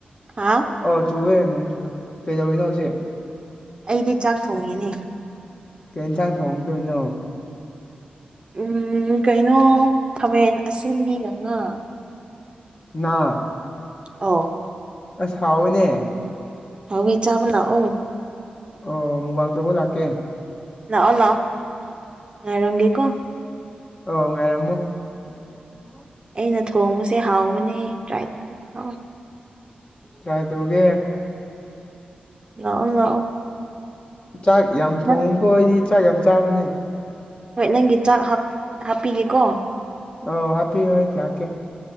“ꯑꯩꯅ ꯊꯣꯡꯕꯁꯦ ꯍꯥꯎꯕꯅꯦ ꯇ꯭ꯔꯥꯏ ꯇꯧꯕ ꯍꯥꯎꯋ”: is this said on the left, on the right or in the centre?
Right